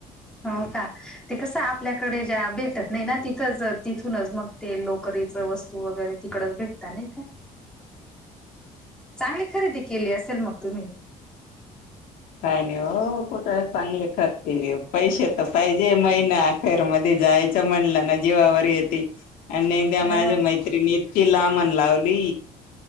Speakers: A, in the centre; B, on the left.
A: हो का ते कसं आपल्याकडे ज्या भेटत नाही ना तिथंच तिथूनच मग ते लोकरीच वस्तू वगैरे तिकडच भेटतात नाही का. चांगली खरेदी केली असेल मग तुम्ही.
B: काय नाही हो कुठे चांगले खरेदी पैसे तर पाहिजे महिना अखेरमध्ये. जायच म्हणलं ना जीवावर येत आणि त्या
A: हा
B: माझ्या मैत्रणी. ति लामण लावली